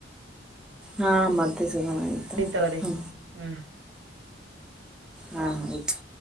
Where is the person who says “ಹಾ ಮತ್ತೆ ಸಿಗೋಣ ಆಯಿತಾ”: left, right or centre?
Centre